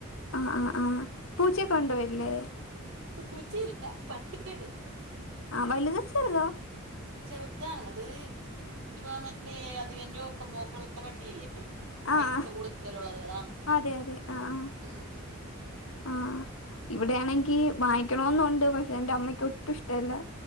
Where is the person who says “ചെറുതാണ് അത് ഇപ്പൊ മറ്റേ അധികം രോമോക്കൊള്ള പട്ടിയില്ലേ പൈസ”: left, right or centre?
Right